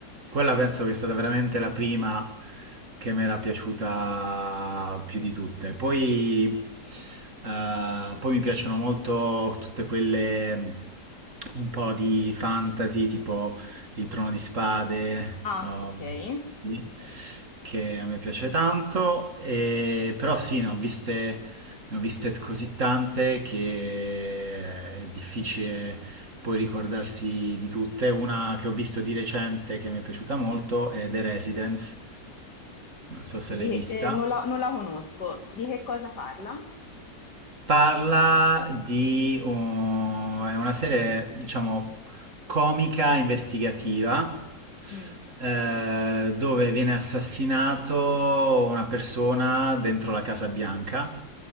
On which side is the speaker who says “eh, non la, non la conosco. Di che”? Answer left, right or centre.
Left